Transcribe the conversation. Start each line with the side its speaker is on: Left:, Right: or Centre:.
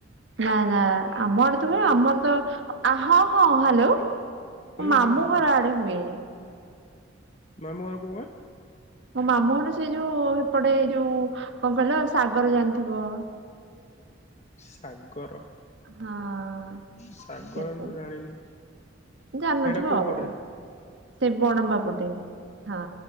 Right: ନାଇଁ ନା ଆମ ଆଡେ ତ ହୁଏ ଆମରତ ଅ-ଆ ହଁ ହଁ ହାଲୋ।
Left: ହୁଁ
Right: ମୋ ମାମୁଁ
Left: ହୁଁ ହୁଁ
Right: ଘର ଆଡେ ହୁଏ।
Left: ମାମଁ ଘର କୋଉ ଗାଁ?
Right: ମୋ ମାମୁଁଘର ସେ ଯୋଉ ହେପଟେ ଯୋଉ କଣ କହିଲ ସାଗର ଜାଣିଥିବ।
Left: <unintelligible> ସାଗର
Right: ହଁ।
Left: ସାଗର
Right: ସେପଟେ
Left: <inaudible> ଜାଣିନି।
Right: ଜାଣିନଥିବ
Left: ସେଇଟା କୋଉ
Right: ଆଉ,
Left: ପଟେ?
Right: ସେ ବଡମ୍ବା ପଟେ ହଁ।